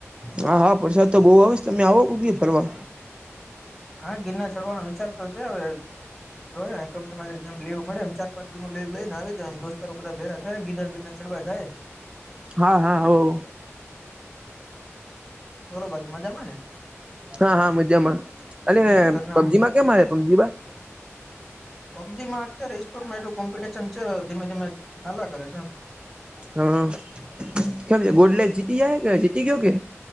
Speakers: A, on the right; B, in the centre.
A: હા હા વરસાદ તો બો આવે છે તમે આવો કોક દી ફરવા.
B: હા ગિરના ચડવાનો વિચારતો છે હવે જો યે કંપનીમાં જેમ લીવ મળે એમ ચાર પાંચ દી નો લીવ લઈને આવી જવ દોસ્તાર બધા ભેગા થાય ગીરનાર બીના ચડવા જાયે.
A: હા હા આવો
B: બોલો બાકી મજામાં ને
A: હા હા મજામાં અને
B: ઘરના
A: પબજી માં કેમ મારે પબજીમાં
B: <inaudible> પબજીમાં અત્યારે સપોર્ટમાં એટલું કોમ્પિટિશન છે ધીમે ધીમે હાલા કરે છે એમ.
A: હા કેમ છે ગોડલે જીતી જાય કે જીતી ગયો કે?